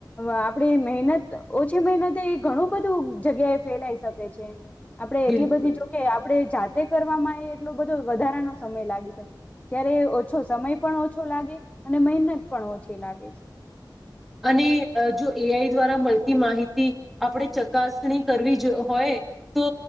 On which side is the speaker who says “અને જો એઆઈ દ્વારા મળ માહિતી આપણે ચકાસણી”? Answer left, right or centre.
Centre